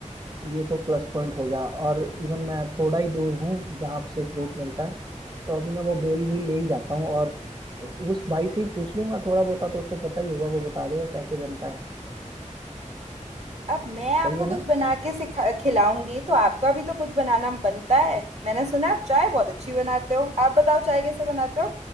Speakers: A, on the right; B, on the right.
A: ये तो प्लस पॉइंट हो गया और इवन मैं थोड़ा ही दूर हूँ जहाँ से फ्रूट मिलता है तो अभी मैं वो बेल भी ले ही जाता हूँ और उस भाई से ही पूछ लूंगा थोड़ा बहुत तो उसको पता ही होगा वो बता देगा कैसे बनता है
B: अब मैं आपको
A: सही है
B: कुछ
A: ना
B: बना के सिखा खिलाऊंगी तो आपका भी तो कुछ बनाना बनता है मैंने सुना आप चाय बहुत अच्छी बनाते हो आप बताओ चाय कैसे बनाते हो